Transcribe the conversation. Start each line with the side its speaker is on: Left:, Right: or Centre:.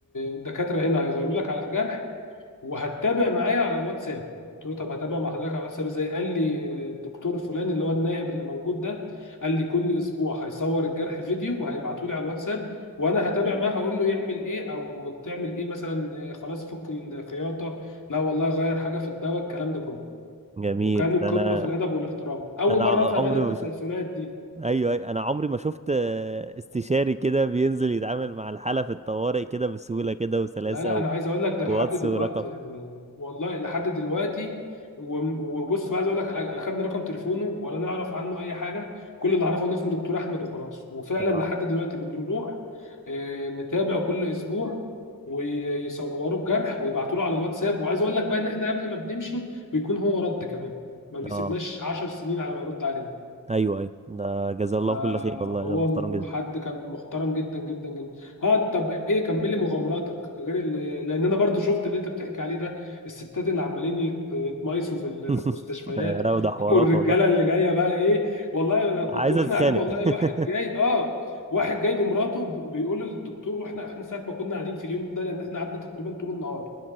Left: الدكاتره هنا هيغيروا لك على الجرح وهتتابع معايا على الواتساب قلت له طب هتابع مع حضرتك على الواتساب ازاي قال لي الدكتور فلان اللي هو النائب اللي موجود ده قال لي كل اسبوع هيصور الجرح فيديو وهيبعته لي على الواتساب وانا هتابع معاه هقول له يعمل ايه او تعمل ايه مثلا آه، خلاص فك الخياطه لا والله غير حاجه في الدواء الكلام ده كله
Right: جميل
Left: وكانوا
Right: ده
Left: قمه
Right: انا
Left: في الادب والاحترام اول
Right: انا
Left: مره
Right: عمري
Left: افهم انا التسلسلات
Right: ما شفت
Left: دي
Right: ايوه أيوة، انا عمري ما شفت آه، استشاري كده بينزل يتعامل مع الحاله في الطوارئ كده بسهوله كده وسلاسه
Left: لا لا انا عايز اقول لك ده
Right: واتس
Left: لحد دلوقتي
Right: ورقم
Left: يعني والله لحد دلوقتي وم- وبص بقى عايز اقول لك على حاجه لا خدنا رقم تليفونه ولا نعرف عنه اي حاجه كل اللي اعرفه ان اسمه دكتور احمد وخلاص وفعلا
Right: اه
Left: لحد دلوقتي بنروح آه، نتابع كل اسبوع ويصوروا الجرح ويبعتوا له على الواتساب وعايز اقول لك بقى ان احنا قبل ما بنمشي بيكون هو رد كمان ما بيسيبناش
Right: اه
Left: 10 سنين على ما يرد علينا
Right: ايوه ايوه ده جزاه الله
Left: فهو
Right: كل خير والله ده محترم
Left: م-
Right: جدا
Left: حد كان محترم جدا جدا جدا اه طب ايه كملي مغامراتك غير اللي... لان انا برضو شفت اللي انت بتحكي عليه ده الستات اللي عمالين يت- يتمايسوا في ال-
Right: <laughs>
Left: في المستشفيات
Right: ده لا ده حوارات
Left: <laughs> والرجاله
Right: والله
Left: اللي جايه بقى ايه والله انا كنت
Right: عايزه
Left: واحنا
Right: تتخانق
Left: قاعدين والله
Right: <laughs>
Left: واحد جاي اه واحد جاي بمراته ب- بيقول للدكتور واحنا احنا ساعه ما كنا قاعدين في اليوم ده لان احنا قعدنا تقريبا طول النهار